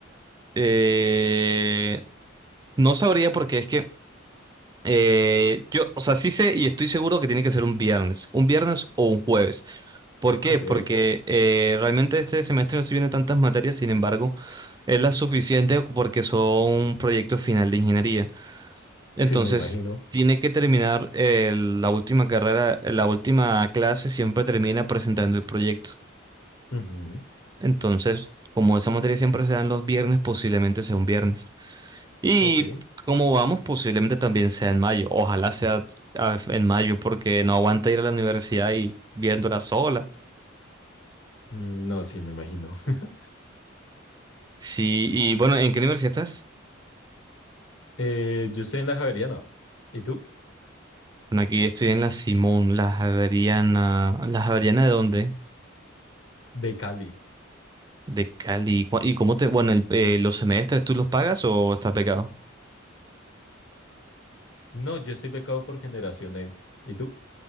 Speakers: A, on the right; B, on the left.
A: Eh, no sabría porque es que Eh, yo, o sea, sí sé y estoy seguro que tiene que ser un viernes, un viernes o un jueves. ¿Por qué?
B: Ok,
A: Porque eh, realmente este semestre no estoy viendo tantas materias, sin embargo, es la suficiente porque son proyecto final de ingeniería. Entonces,
B: Sí, me imagino.
A: tiene que terminar eh, la última carrera, la última clase siempre termina presentando el proyecto.
B: Ujú.
A: Entonces, como esa materia siempre se da en los viernes, posiblemente sea un viernes. Y
B: ok.
A: como vamos, posiblemente también sea en mayo. Ojalá sea ah, en mayo porque no aguanta ir a la universidad y viéndola sola.
B: Mm, No, sí, me imagino. <laughs>
A: Sí, y bueno, ¿en qué universidad estás?
B: Eh, yo estoy en la Javeriana. ¿Y tú?
A: Bueno, aquí estoy en la Simón, la Javeriana. ¿La Javeriana de dónde?
B: De Cali.
A: De Cali. ¿Cu- ¿Y cómo te...? Bueno, el- eh, ¿los semestres tú los pagas o estás becado?
B: No, yo estoy becado por Generación E. ¿Y tú?